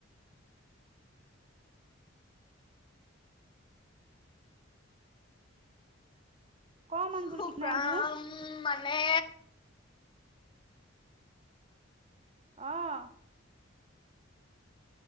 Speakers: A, on the right; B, on the left.
A: অকমান
B: শুভ্ৰা
A: বোলো চিকনাই
B: ৰাম
A: দিওঁ
B: মানে
A: আহ